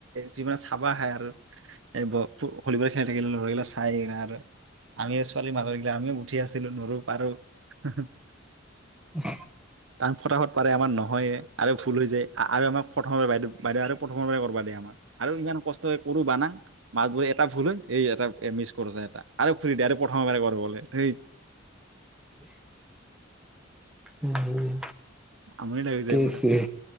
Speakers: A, on the right (about 75°); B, in the centre.
A: যিমানানে চাবা খাই আৰু এইবোৰৰ ভলীবল খেলি থাকিলো চাই আহিল আৰু আমি ছোৱালী মানৰি গিলা আমিওঁ উঠি আছিলো নৰো পাৰো। <unintelligible>
B: উম
A: তাক ফটাফত পাৰে আমাৰ নহয়ে আৰু ভুল হৈ যায়। <unintelligible> আৰু আমাক প্ৰথম বাইদেউ বাইদেউ আৰু প্ৰথম পৰা কৰা দিয় আমাক আৰু ইমান কষ্ট কৰো বানাক মাছবোৰ এটা ফুলো এই এটা মিছ কৰ এটা আৰু খু দ আৰু। খাব পাৰিব সেই
B: উম
A: আমনি লাগি যায়
B: কি
A: পুৰা
B: আছিল?